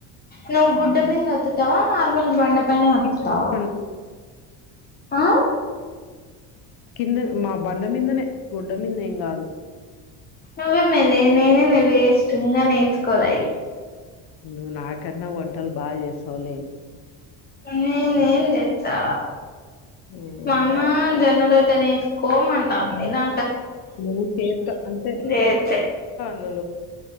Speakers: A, on the left (about 25°); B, on the left (about 65°).
A: నువ్వు గుడ్డమిదనే
B: హ్మ్.
A: ఒత్తు తవా నార్మల్ బండ బండపైనే ఒత్తుతవా.
B: కిందనే పన్
A: ఆ
B: కింద మా బండ మిదనే గుడ్డ మిదేం కాదు.
A: నువ్వే మెలే నేనే మే వెస్ట్ ఇంగా నేర్చుకోలే అయి
B: నువ్వు నాకన్నా వంటలు బాచేస్తావులే.
A: నేనేం చేస్తా
B: హ్మ్.
A: మా అమ్మ జొన్నరొ ట్ట నెరుసుకో మంటది నా
B: నువ్వు చేస్త అంటే
A: చేస్తే
B: నన్న